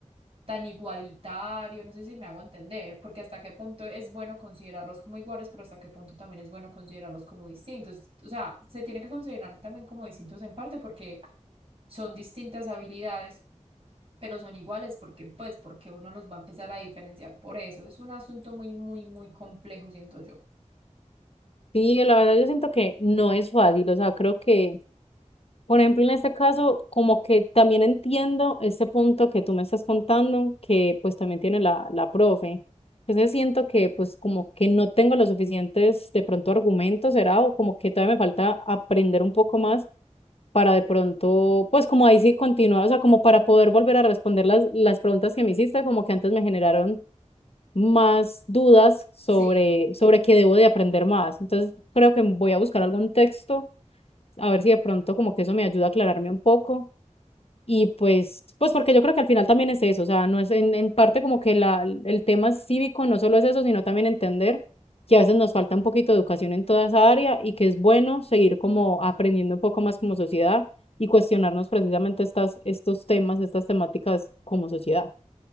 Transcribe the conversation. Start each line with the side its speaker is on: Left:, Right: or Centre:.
Right: tan igualitario, no sé si me hago entender, porque hasta qué punto es bueno considerarlos como iguales, pero hasta qué punto también es bueno considerarlos como distintos. O sea, se tiene que considerar también como distintos en parte porque son distintas habilidades. pero son iguales porque pues porque uno los va a empezar a diferenciar por eso. Es un asunto muy, muy, muy complejo, siento yo.
Left: Sí, la verdad yo siento que no es fácil, o sea, creo que, por ejemplo, en este caso, como que también entiendo este punto que tú me estás contando, que pues también tiene la, la profe. Entonces siento que pues como que no tengo los suficientes de pronto argumentos, será, o como que todavía me falta aprender un poco más para de pronto, pues como ahí sí continuar, o sea, como para poder volver a responder las, las preguntas que me hiciste, como que antes me generaron más dudas sobre,
Right: Sí.
Left: sobre qué debo de aprender más. Entonces, creo que voy a buscar algún texto, a ver si de pronto como que eso me ayuda a aclararme un poco. Y pues, pues porque yo creo que al final también es eso, o sea, no es en, en parte como que la, el tema cívico no solo es eso, sino también entender que a veces nos falta un poquito de educación en toda esa área y que es bueno seguir como aprendiendo un poco más como sociedad y cuestionarnos precisamente estas, estos temas, estas temáticas como sociedad.